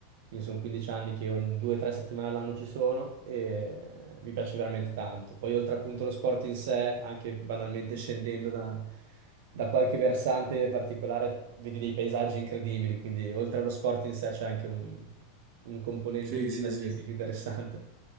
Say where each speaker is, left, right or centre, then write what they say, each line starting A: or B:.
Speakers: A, on the right; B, on the right.
A: quindi sono 15 anni che ogni 2-3 settimane all'anno ci sono e mi piace veramente tanto. Poi oltre appunto lo sport in sé, anche banalmente scendendo da, da qualche versante particolare, vedi dei paesaggi incredibili, quindi oltre allo sport in sé c'è anche un un componente
B: sì,
A: paesaggistico
B: sì, sì.
A: interessante.